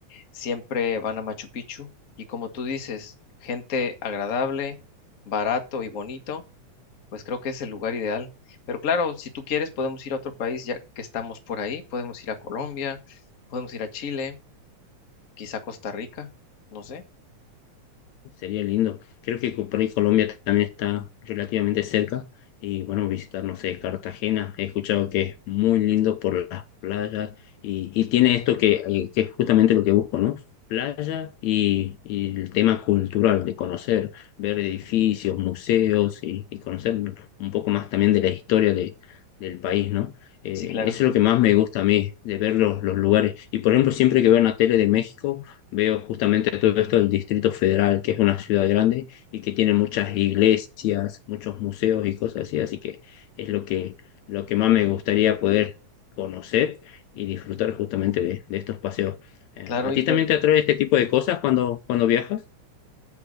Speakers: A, on the left; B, on the left.
A: siempre van a Machu Picchu y como tú dices, gente agradable, barato y bonito, pues creo que es el lugar ideal. Pero claro, si tú quieres, podemos ir a otro país ya que estamos por ahí, podemos ir a Colombia, podemos ir a Chile, quizá Costa Rica, no sé.
B: Sería lindo. Creo que por ahí Colombia también está relativamente cerca. Y bueno, visitar, no sé, Cartagena. He escuchado que es muy lindo por las playas. Y, y tiene esto que, eh, que es justamente lo que busco, ¿no? Playa y, y el tema cultural de conocer, ver edificios, museos y, y conocer un poco más también de la historia de, del país, ¿no? Eh,
A: Sí, claro.
B: eso es lo que más me gusta a mí, de ver los, los lugares. Y por ejemplo, siempre que veo una tele de México veo justamente todo esto del Distrito Federal, que es una ciudad grande y que tiene muchas iglesias, muchos museos y cosas así, así que es lo que, lo que más me gustaría poder conocer y disfrutar justamente de, de estos paseos. Eh,
A: Claro,
B: ¿a
A: Víctor.
B: ti también te atrae este tipo de cosas cuando, cuando viajas?